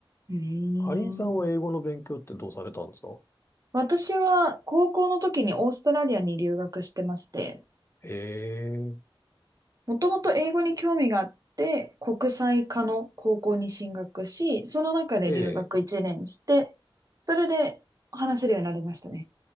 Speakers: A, on the right; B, on the left.
A: うーん。
B: かりんさんは英語の勉強ってどうされたんですか
A: 私は高校の時にオーストラリアに留学してまして、
B: へえ、
A: もともと英語に興味があって、国際科の高校に進学し、その中で留学1年して、
B: ええ。
A: それで話せるようになりましたね。